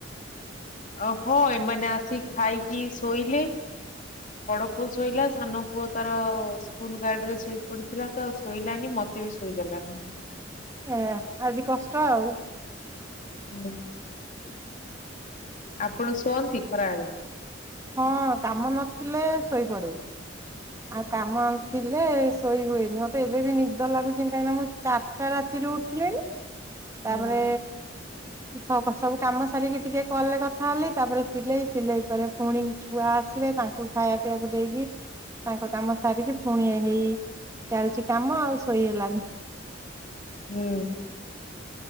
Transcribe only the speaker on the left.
ଅ ହଁ ଏମାନେ ଆସିିକି ଖାଇକି ଶୋଇଲେ। ବଡ ପୁଅ ଶୋଇଲା, ସାନ ପୁଅ ତାର ସ୍କୁଲ ଗାଡିରେ ଶୋଇ ପଡିଥିଲା ତ ଶୋଇଲାନି, ମ ତେ ବି ଶୋଇ ଦେଲାନି।
ହୁଁ ଆପଣ ଶୁଅନ୍ତି ଖରାବେଳେ?
ହ
ହୁଁ।
ହୁଁ।